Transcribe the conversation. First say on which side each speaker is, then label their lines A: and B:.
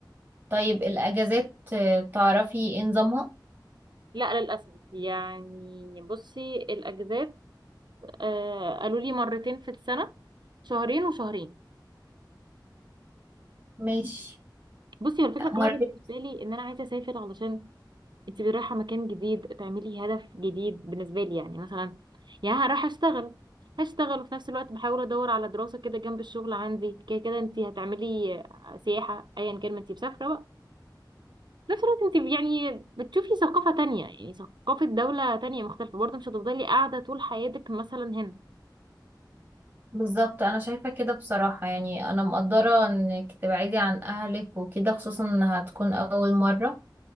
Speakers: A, on the right; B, on the right.
A: طيب الاجازات آه، تعرفي ايه نظامها
B: لا للاسف يعني بصي الاجازات آه قالوا لي مرتين في السنه شهرين وشهرين
A: ماشي
B: بصي هو الفكره كلها
A: مرتب
B: بالنسبه لي ان انا عايزه اسافر علشان انت رايحه مكان جديد تعملي هدف جديد بالنسبه لي يعني مثلا يا رايحه اشتغل هشتغل وفي نفس الوقت بحاول ادور على دراسه كده جنب الشغل عندي كده كده انت هتعملي سياحه ايا كان ما انت مسافره بقى في نفس الوقت انت يعني بتشوفي ثقافه تانية يعني ثقافه دوله تانية مختلفه برضه مش هتفضلي قاعده طول حياتك مثلا هنا
A: بالظبط انا شايفة كده بصراحة يعني انا مقدرة انك تبعدي عن اهلك وكده خصوصا انها هتكون اول مرة